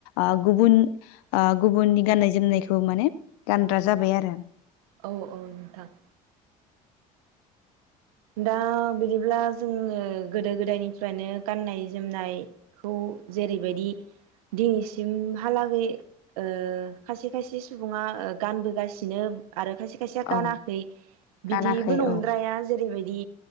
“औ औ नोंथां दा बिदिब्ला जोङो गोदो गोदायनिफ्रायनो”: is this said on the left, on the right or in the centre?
Right